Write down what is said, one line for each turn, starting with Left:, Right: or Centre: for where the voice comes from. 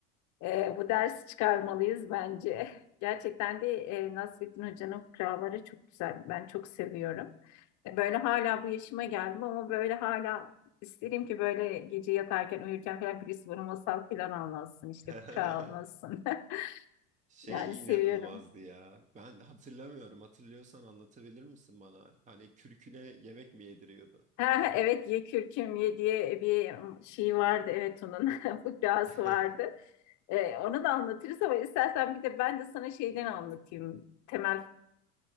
Left: E, bu dersi çıkarmalıyız bence. Gerçekten de e, Nasrettin Hoca'nın fıkraları çok güzel. Ben çok seviyorum. E, böyle hala bu yaşıma geldim ama böyle hala isterim ki böyle gece yatarken uyurken falan birisi bana masal falan anlatsın işte
Right: <laughs>
Left: fıkra anlatsın. <laughs>
Right: Şey
Left: Yani seviyorum.
Right: inanılmazdı ya. Ben hatırlamıyorum. Hatırlıyorsan anlatabilir misin bana? Hani kürküne yemek mi yediriyordu?
Left: Ha, evet ye kürküm ye diye bir şey vardı evet onun <laughs> fıkrası
Right: <laughs>
Left: vardı. Ee, onu da anlatırız ama istersen bir de ben de sana şeyden anlatayım. Temel